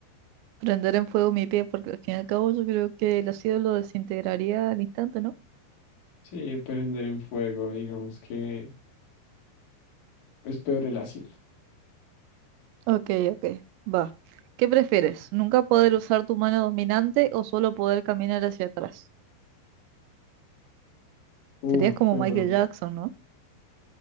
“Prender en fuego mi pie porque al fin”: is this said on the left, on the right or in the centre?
Right